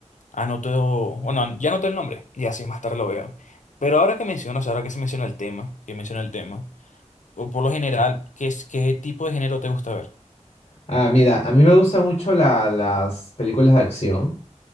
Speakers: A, on the left; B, on the left.
A: anoto. Bueno, ya anoté el nombre y así más tarde lo veo. Pero ahora que mencionas, ahora que se menciona el tema, que menciona el tema, o por lo general, ¿qué es, qué tipo de género te gusta ver?
B: Ah, mira, a mí me gustan mucho la- las películas de acción.